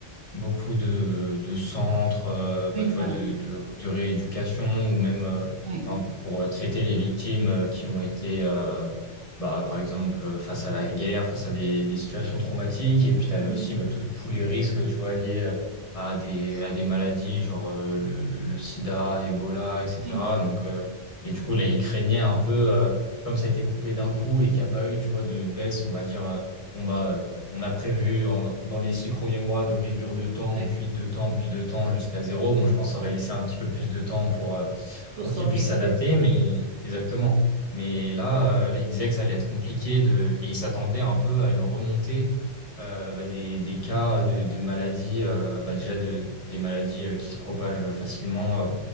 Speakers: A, on the left (about 35°); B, on the right (about 80°).
A: beaucoup de, de centres, euh, bah,
B: Oui,
A: tu
B: voilà.
A: vois, de, de, de rééducation ou même euh,
B: Oui.
A: enfin, pour euh, traiter les victimes euh, qui ont été, euh, bah, par exemple, euh, face à la guerre, face à des, des situations traumatiques. Et puis, tu avais
B: Mhm.
A: aussi bah, tous tous les risques, tu vois, liés euh, à des, à des maladies, genre euh, le, le sida, Ebola, etc.
B: Oui.
A: Donc, euh, et du coup, là, ils craignaient un peu, euh, comme ça a été coupé d'un coup et qu'il n'y a pas eu, tu vois, de baisse, on va dire. euh, bon bah on a prévu en- dans les six premiers mois de réduire de temps,
B: Ouais.
A: puis de temps, puis de temps jusqu'à zéro. Bon, je pense qu'on aurait laissé un petit peu plus de temps pour, euh,
B: Pour
A: pour
B: s'organiser.
A: qu'ils puissent s'adapter, mais exactement. Mais là, euh, là, il disait que ça allait être compliqué de, et il s'attendait un peu à une remontée euh, bah, des, des cas de, de maladies, euh, bah, déjà de, des maladies euh, qui se propagent facilement, euh,